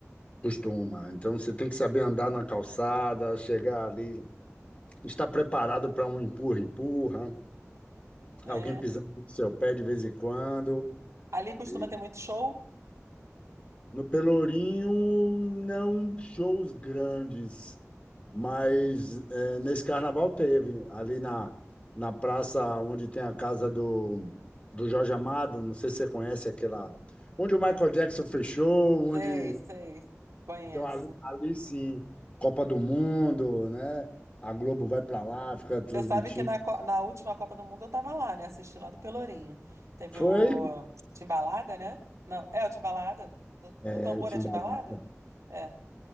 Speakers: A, on the left; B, on the right.
A: costuma. Então você tem que saber andar na calçada, chegar ali. Está preparado para um empurra-empurra,
B: É.
A: alguém pisando no seu pé de vez em quando.
B: Ali costuma
A: E
B: ter muito show?
A: no Pelourinho, não shows grandes, mas é, nesse carnaval teve, ali na, na praça onde tem a casa do, do Jorge Amado, não sei se você conhece aquela. Onde o Michael Jackson fechou, onde.
B: Sei, sei, conheço.
A: Então, ali, ali sim, Copa do Mundo, né? A Globo vai para lá, fica transmitindo.
B: Você sabe que na, co- na última Copa do Mundo eu tava lá, né? Assisti lá do Pelourinho. Teve
A: Foi,
B: o Timbalada, né? Não, é o Timbalada? Do,
A: é,
B: do tambor
A: Timbalada.
B: é Timbalada? É.